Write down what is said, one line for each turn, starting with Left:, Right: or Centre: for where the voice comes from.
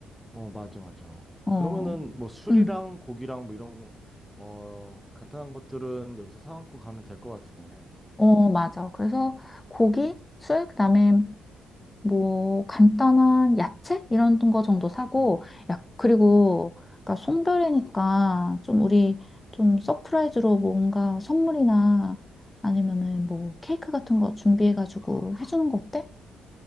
Centre: 어, 맞아, 맞아.
Left: 어.
Centre: 그러면은 뭐 술이랑
Left: 응.
Centre: 고기랑 뭐 이런 어 간단한 것들은 여기서 사갖고 가면 될 것 같으네.
Left: 어, 맞아. 그래서 고기, 술, 그다음에 뭐 간단한 야채 이런 거 정도 사고
Centre: 음.
Left: 야 그리고 그러니까 송별회니까 좀 우리 좀 서프라이즈로 뭔가 선물이나 아니면은 뭐 케이크 같은 거 준비해가지고 해주는 거 어때?